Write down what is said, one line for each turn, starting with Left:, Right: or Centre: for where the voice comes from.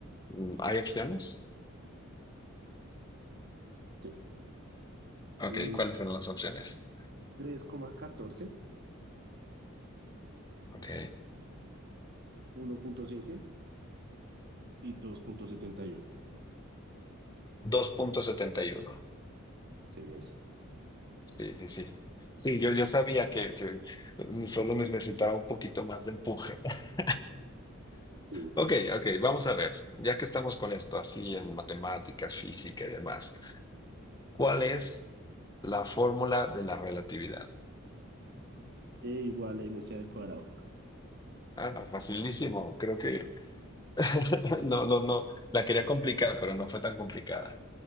Left: Mm, ¿Hay opciones?
Right: Sí.
Left: Ok,
Right: Es
Left: ¿cuáles son las opciones?
Right: tres coma catorce
Left: Ok,
Right: uno punto siete y 2,71.
Left: dos punto setenta y uno.
Right: Sí, es.
Left: Sí, sí, sí. Sí, yo, yo sabía que, que solo necesitaba un poquito más de empuje. <laughs>
Right: Sí.
Left: Ok, ok, vamos a ver. Ya que estamos con esto, así en matemáticas, física y demás. ¿Cuál es la fórmula de la relatividad?
Right: E igual a MC al cuadrado.
Left: Ah, no, facilísimo, creo que <laughs> no, no, no, la quería complicar, pero no fue tan complicada.